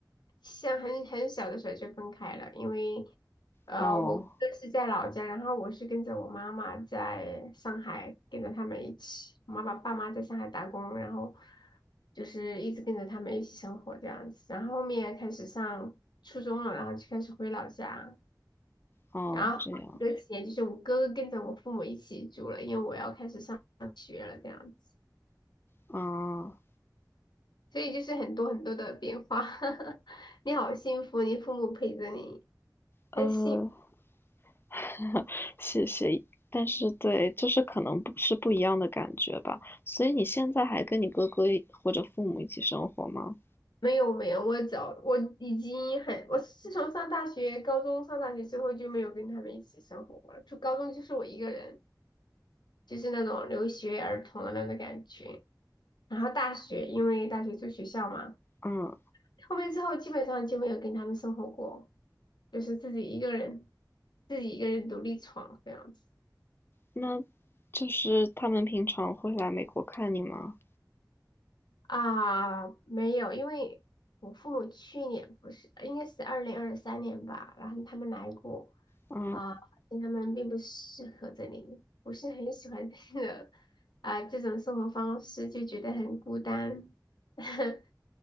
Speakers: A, on the left (about 75°); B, on the left (about 30°).
A: 像很很小的时候就分开了，因为呃，
B: 哦，
A: 我哥是在老家，然后我是跟着我妈妈在上海，跟着他们一起，我妈妈爸妈在上海打工，然后就是一直跟着他们一起生活这样子，然后后面开始上初中了，然后就开始回老家，
B: 哦，
A: 然后隔几年就是我哥哥跟着我父母一起住了，
B: 这样
A: 因为我要开始上学了这样子。
B: 啊，
A: 所以就是很多很多的变化。<laughs> 你好幸福，你父母陪着你，
B: 呃，
A: 还幸
B: <laughs> 谢谢。但是对，就是可能不是不一样的感觉吧。所以你现在还跟你哥哥一或者父母一起生活吗？
A: 没有没有，我早我已经很，我自从上大学、高中上大学之后就没有跟他们一起生活了。就高中就是我一个人，就是那种留学儿童的那种感觉。然后大学，因为大学住学校嘛，
B: 嗯，
A: 后面之后基本上就没有跟他们生活过，就是自己一个人，自己一个人独立闯这样子。
B: 那就是他们平常会来美国看你吗？
A: 啊，没有，因为我父母去年不是，应该是二零二三年吧，然后他们来过
B: 嗯，
A: 啊，发现他们并不适合这里，不是很喜欢这个啊这种生活方式，就觉得很孤单。<laughs>